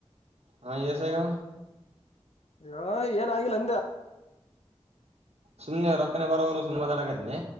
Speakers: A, on the right; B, on the left.
A: ಹಾ ಎಸೇಗ
B: ಯ ಏನ ಆಗಿಲ್ಲ ಅಂದೆ
A: ಸುಮ್ಮ್ನೆ ಅವರುಕ್ಕನೆ ಬರೋವರು ಸುಮ್ಮನೆ ಮಾತಡಕದ್ನನೆ